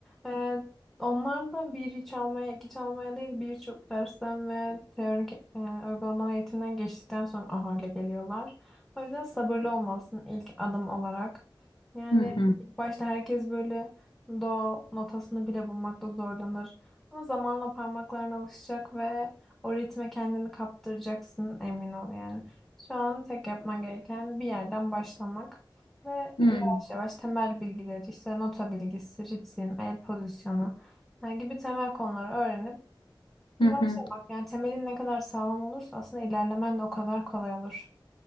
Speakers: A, in the centre; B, on the left (about 70°).
A: Ee, onlar da bir çalmaya, iki çalmaya değil birçok dersten ve teorik e, uygulamalı eğitimden geçtikten sonra o hale geliyorlar. O yüzden sabırlı olmalısın ilk adım olarak. Yani
B: Hı hı.
A: ilk başta herkes böyle do notasını bile bulmakta zorlanır. Ama zamanla parmaklarına alışacak ve o ritme kendini kaptıracaksın emin ol yani. Şu an tek yapman gereken bir yerden başlamak ve
B: Hı
A: yavaş yavaş temel bilgileri işte nota bilgisi, ritim, el pozisyonu yani gibi temel konuları öğrenip başlamak.
B: hı. hı.
A: Yani temelin ne kadar sağlam olursa aslında ilerlemen de o kadar kolay olur.